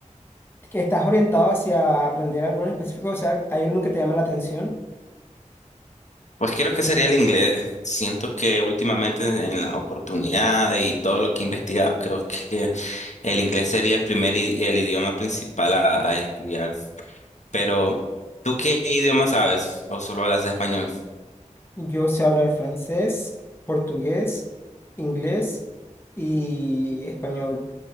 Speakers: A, on the left; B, on the left.
A: que estás orientado hacia aprender algo en específico, o sea, ¿hay alguno que te llama la atención?
B: pues creo que sería el inglés. Siento que últimamente en las oportunidades y todo lo que he investigado, creo que El inglés sería el primer i- el idioma principal a, a estudiar. Pero, ¿tú qué idioma sabes? ¿O solo hablas español?
A: Yo sé hablar francés, portugués, inglés y español.